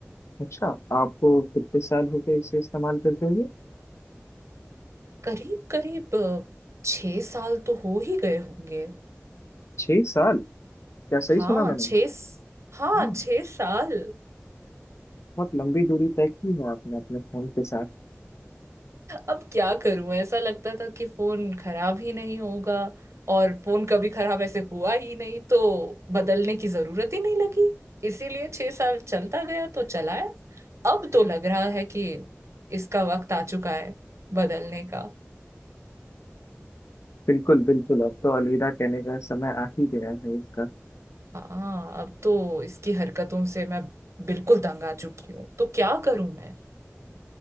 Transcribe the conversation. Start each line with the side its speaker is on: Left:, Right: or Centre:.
Left: अच्छा आपको कितने साल हो गए इसे इस्तेमाल करते हुए
Right: करीब करीब अ, छः साल तो हो ही गए होंगे
Left: छह साल क्या सही
Right: हाँ
Left: सुना मैंने
Right: छः स- हाँ
Left: हम्म,
Right: छः साल
Left: बहुत लंबी दूरी तय की है आपने अपने फोन के साथ
Right: अब क्या करूं ऐसा लगता था कि फोन खराब ही नहीं होगा और फोन कभी खराब ऐसे हुआ ही नहीं तो बदलने की जरूरत ही नहीं लगी इसीलिए छह साल चलता गया तो चलाया अब तो लग रहा है कि इसका वक्त आ चुका है बदलने का
Left: बिल्कुल बिल्कुल अब तो अलविदा कहने का समय आ ही गया है इसका
Right: हाँ अब तो इसकी हरकतों से मैं बिल्कुल तंग आ चुकी हूँ तो क्या करूं मैं